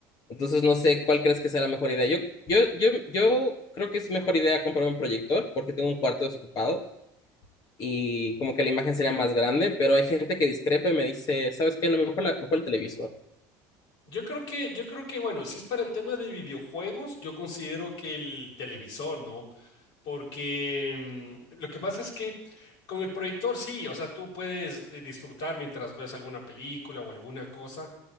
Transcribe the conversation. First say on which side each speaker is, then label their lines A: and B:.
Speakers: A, on the left; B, on the left.
A: Entonces no sé cuál crees que sea la mejor idea. Yo, yo, yo, yo creo que es mejor idea comprar un proyector porque tengo un cuarto desocupado y como que la imagen sería más grande, pero hay gente que discrepa y me dice, ¿sabes qué? No, mejor, la- mejor el televisor.
B: Yo creo que, yo creo que, bueno, si es para el tema de videojuegos, yo considero que el televisor, ¿no? Porque mm, lo que pasa es que con el proyector sí, o sea, tú puedes eh, disfrutar mientras ves alguna película o alguna cosa,